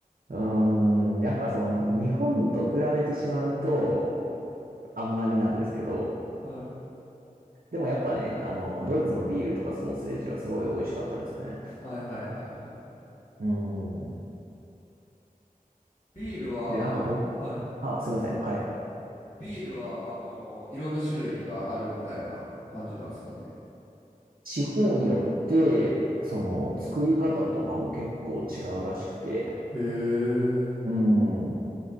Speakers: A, on the right; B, on the left.
A: うーん、やっぱその日本と比べてしまうと、
B: うん
A: あんまりなんですけど、
B: はい
A: でもやっぱね、あの、ドイツのビールとかソーセージはすごい美味しかったですね。
B: はいはいはいはい
A: うん。
B: ビールは、
A: で、なんか僕、
B: はい。
A: あ、すいません。はい。
B: ビールは、あのーいろんな種類があるみたいな感じなんですかね。
A: 地方によって、その作り方とかも結構違うらしくて。
B: へえ。
A: うん。